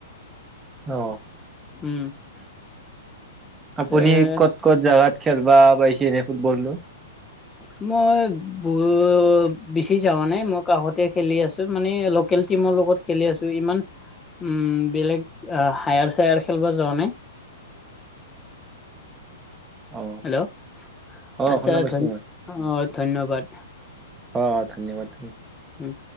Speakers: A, on the right; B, on the left.
A: অ',
B: উম,
A: আপুনি
B: এ
A: ক'ত ক'ত জাগাত খেলবা পাইছে এনে ফুটবলটো?
B: তো মই বোৰ বিচি যাৱা নাই মই কাষতে খেলি আছোঁ মানে লকেল টিমৰ লগত খেলি আছো ইমান উম, বেলেগ আ হায়াৰ চায়াৰ খেলিব যোৱা নাই।
A: অ
B: হেল্ল',
A: অ
B: আচ্ছা
A: শুনা পাইছো
B: ধন
A: মই
B: অ, ধন্যবাদ।
A: অ, ধন্যবাদ
B: উম,